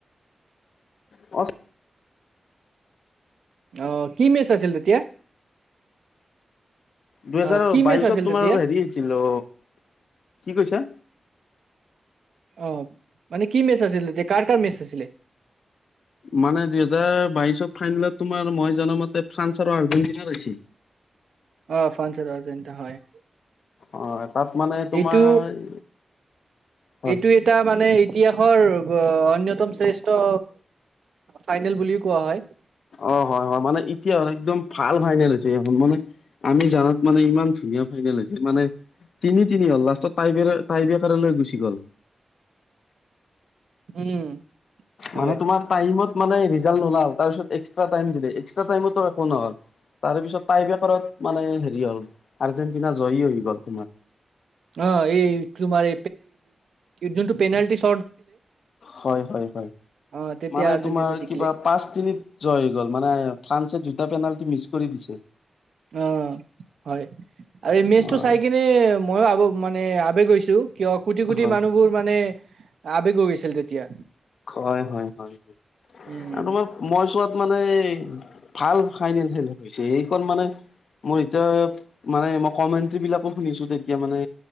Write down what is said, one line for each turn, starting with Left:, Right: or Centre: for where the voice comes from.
Left: অ'
Right: আহ, কি মেচ আছিল তেতিয়া।
Left: দুহেজাৰ
Right: অ কি
Left: বাইশত
Right: মেচ আছিল
Left: তোমাৰ
Right: তেতিয়া?
Left: হেৰি আছিল। অ' কি কৈছে।
Right: অ' মানে কি মেচ আছিল। তেতিয়া কাৰ কাৰ মেচ আছিলে।
Left: মানে দুহেজাৰ বাইচ্ছত ফাইনেলত তোমাৰ মই জন মতে ফ্ৰান্স আৰু আৰ্জেন্টিনা ৰৈছে।
Right: অ', ফ্ৰান্স আৰু আৰ্জেণ্টনা হয়।
Left: অ', তাত মানে তোমাৰ
Right: এইটো
Left: হয়
Right: এইটো এটা মানে ইতিহাসৰ অন্যতম শ্ৰেষ্ঠ ফাইনেল বুলিও কোৱা হয়।
Left: অ', হয়, হয়, মানে এতিয়া আৰু একদম ভাল ফাইনেল হৈছে এইখন মানে আমি জানাত মানে ইমান ধুনীয়া ফাইনেল হৈছে মানে তিনি তিনি হ'ল লাষ্টত টাইবে টাইবেকাৰ লৈ গুচি গল।
Right: উম। হয়।
Left: মানে তোমাৰ টাইমত মানে ৰিজাল্ট নোলাল তাৰপিছত এক্সাষ্টাৰ টাইমটো এক্সাষ্টাৰ টাইমটো একো নহ'ল। তাৰপিছত টাই বেকাৰত মানে হেৰি হ'ল আৰ্জেণ্টিনা জয়ী হৈ গ'ল তোমাৰ।
Right: অ' এই তোমাৰ যোনটো পেনাল্টি চট
Left: হয়, হয়, হয়।
Right: অ তেতিয়া
Left: মানে
Right: আৰ্জেণ্টিনা
Left: তোমাৰ
Right: জিকিলে
Left: কিবা পাঁচ তিনিত জয় হৈ গ'ল মানে ফ্ৰান্স দুটা পেনাল্টী মিছ কৰি দিছো।
Right: অ'। হয় আৰু এই মেচটো
Left: হয়
Right: চাই কিনে মইও আ, মানে আবেগ হৈছো। কিয় কোটি কোটি
Left: হয়
Right: মানুহবোৰ মানে আৱেগ হৈ গৈছিল তেতিয়া।
Left: হয়, হয়, হয়,
Right: উম
Left: আৰু তোমাৰ মই চোৱাত মানে ভাল ফাইনেল খেল হৈছে এইখন মানে মোৰ এতিয়া মানে, মই কমেন্ট্ৰী বিলাকো শুনিছো তেতিয়া মানে